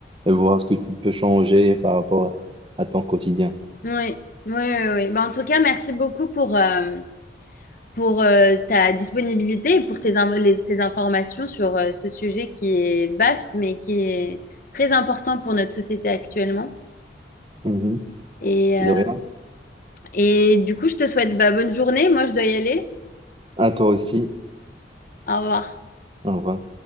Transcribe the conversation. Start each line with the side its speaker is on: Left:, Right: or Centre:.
Right: et voir ce que tu peux changer par rapport à ton quotidien.
Left: Ouais, ouais, ouais. ouais. Ben, en tout cas, merci beaucoup pour, euh, pour euh, ta disponibilité et pour tes in- les- ces informations sur euh, ce sujet qui est vaste, mais qui est très important pour notre société actuellement.
Right: Mhm.
Left: Et,
Right: De
Left: euh,
Right: rien.
Left: et du coup, je te souhaite bah, bonne journée. Moi, je dois y aller.
Right: À toi aussi.
Left: Au revoir.
Right: Au revoir.